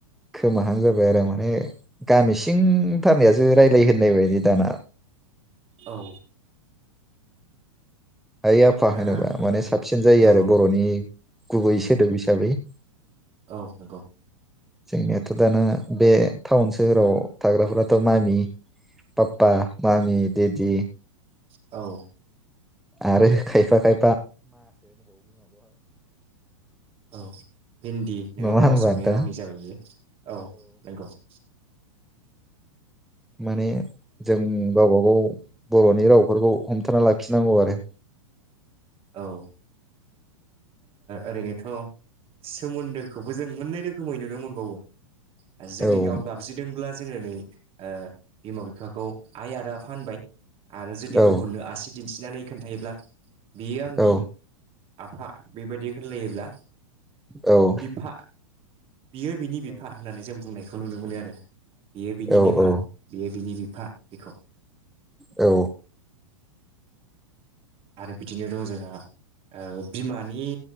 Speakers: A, in the centre; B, on the right.
A: खोमाहां जाबाय आरो माने गामि सिं थानायारनायासो रायलायो होननाय बायदि दाना ।
B: औ ।
A: आइ आफा होनोबा
B: ओ
A: माने साबसिन जायो
B: औ
A: आरो बर'नि गुबै सोदोब हिसाबै ।
B: औ नंगौ
A: जोंनियाथ' दाना बे टाउन सोहोराव थाग्राफोराथ' मामि पाप्पा मामि देदि
B: औ ।
A: आरो खायफा खाय
B: औ हिन्न्दी नङाबा
A: नङा होनबा
B: असमिया
A: नोंथां
B: रावनि जाबाय बेयो औ नंगौ। <inaudible>
A: माने जों गावबागाव बरनि रावफोरखौ हमथाना लाखिनांगौ आरो।
B: औ ओ ओरैनोथ' सोमोन्दोखौबो जों मोननै रोखोमै नुनो मोनबावो। जुदि
A: औ
B: गाव गाबज्रिदोंब्ला जोङो नै ओ बिमा बिफाखौ आइ आरो आफा होनबाय आरो जुदि
A: औ
B: गुबुननो आसि दिनथि नानै खोन्थायोब्ला । बियो आंनि
A: औ
B: आफा बेबायदि होनलायोब्ला
A: औ ।
B: बिफा बियो बिनि बिफा होननानै जों बुंनायखौ नुनो मोनो दे। बियो बिनि
A: औ
B: बिमा
A: औ
B: बियो बिनि बिफ। फा बेखौ।
A: औ।
B: आरो। बिदिनो दं जोंहा बिमानि